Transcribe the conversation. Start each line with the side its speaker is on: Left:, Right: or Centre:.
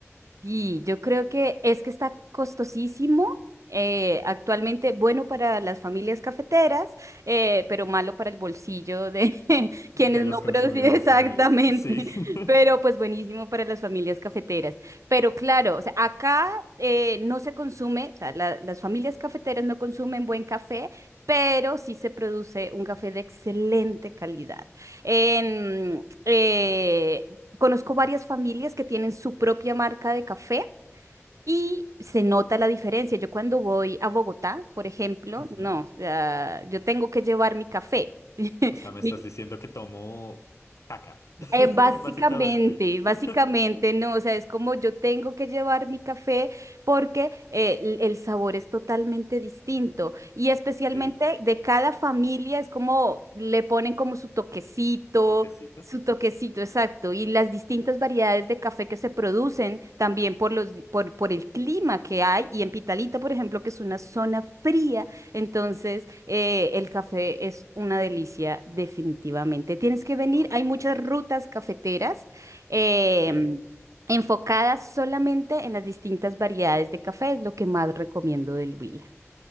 Right: Y yo creo que es que está costosísimo eh, actualmente, bueno para las familias cafeteras, eh, pero malo para el bolsillo de <laughs> quienes
Left: De los
Right: no producen
Left: consumidores
Right: <laughs> exactamente,
Left: finales, sí. <laughs>
Right: pero pues buenísimo para las familias cafeteras. Pero claro, o sea, acá eh, no se consume, o sea, la- las familias cafeteras no consumen buen café, pero sí se produce un café de excelente calidad. En, eh, conozco varias familias que tienen su propia marca de café y se nota la diferencia. Yo cuando voy a Bogotá, por ejemplo,
Left: Ujú.
Right: no, o sea, yo tengo que llevar mi café. <laughs>
Left: O sea, me
Right: Mi
Left: estás diciendo que tomo caca,
Right: eh, básicamente,
Left: <laughs> básicamente.
Right: básicamente,
Left: <laughs>
Right: no, o sea, es como yo tengo que llevar mi café porque eh, el el sabor es totalmente distinto y especialmente
Left: Sí,
Right: de cada familia es como le ponen como su toquecito,
Left: su toquecito.
Right: su toquecito, exacto, y las distintas variedades de café que se producen también por los, di- por, por el clima que hay y en Pitalita, por ejemplo, que es una zona fría entonces, eh, el café es una delicia definitivamente. Tienes que venir,
Left: Ok,
Right: hay muchas rutas cafeteras. em,
Left: sí.
Right: enfocadas solamente en las distintas variedades de café, es lo que más recomiendo del Huila.